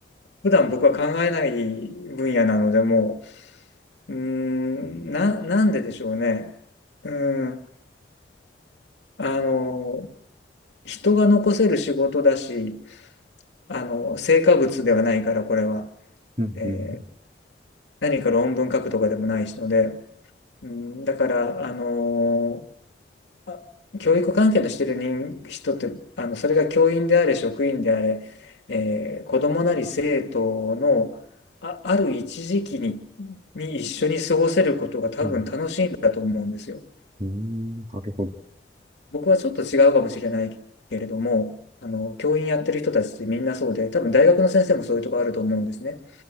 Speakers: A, on the left (about 75°); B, on the right (about 35°).
A: 普段僕は考えない分野なので、もう、うーん、な、なんででしょうね。うーん、あの、人が残せる仕事だし、あの、成果物ではないから、これは。
B: うん、
A: えー
B: うん、
A: 何か論文書くとかでもないしので、うん、だから、あのーあ教育関係のしてる人、人って、あの、それが教員であれ、職員であれ、えー子供なり生徒の、あ、ある一時期に、に一緒に過ごせることが多分楽しいんだと思うんですよ。
B: うん、うん、なるほど。
A: 僕はちょっと違うかもしれないけれども、あの、教員やってる人たちってみんなそうで、多分大学の先生もそういうとこあると思うんですね。